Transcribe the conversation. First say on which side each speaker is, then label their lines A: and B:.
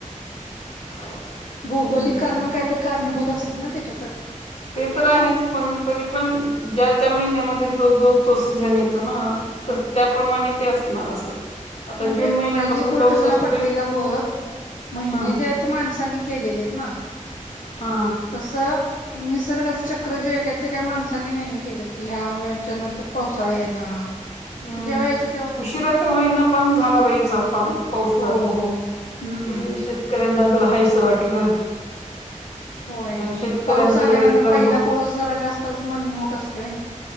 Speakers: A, on the left (about 50°); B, on the left (about 80°).
A: <unintelligible>
B: भौगोलिक
A: हम्म
B: कारण काहीतरी कारणीभूत असतील ना त्याच्यासाठी
A: ते तर आहेच पण तरी पण ज्या त्या महिन्यामध्ये जो तो सीझन येतो ना तर त्याप्रमाणे ते असणार असं आता
B: म्हणजे
A: जून महिन्यापासून
B: माझी गोष्ट
A: पाऊस
B: तुला
A: असतोय
B: पटली का बघ महिने
A: हा
B: जे आहेत ते माणसांनी केलेले आहेत ना
A: हा
B: तस- निसर्गाचं चक्र जे आहे ते काही माणसांनी नाही नाही केलं. कि ह्या वळेच्या नंतर पावसाळा येणार
A: हम्म
B: ते जेव्हा यायचं तेव्हाच येते
A: उशीरा का होईना पण झाला बाई चालु पाऊस
B: हो
A: चालू ते
B: हो हम्म.
A: शेतकऱ्यांना तुला हायस वाटलं
B: होय
A: शेतकऱ्यांचं
B: पाऊस आल्यानंतर
A: लगेच लगबग
B: पहिला पाऊस जरा जास्तच मनमोहक असतोय नि